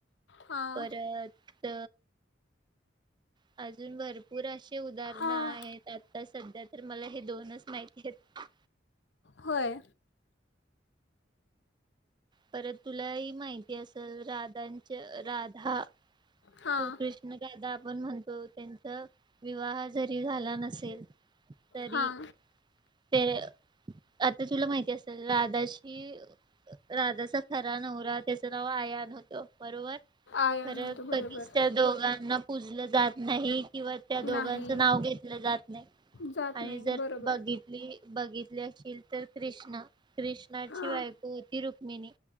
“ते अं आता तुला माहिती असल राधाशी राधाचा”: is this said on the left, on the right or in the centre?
Right